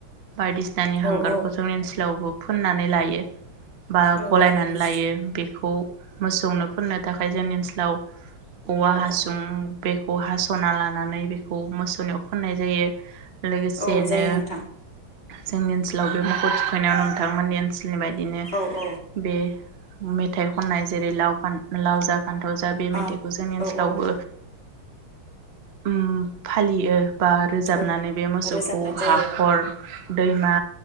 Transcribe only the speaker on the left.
औ औ
औ
नोंथां
औ
औ जायो नोंथां
औ औ
अ
औ औ
औ
रोजाबनाय जायो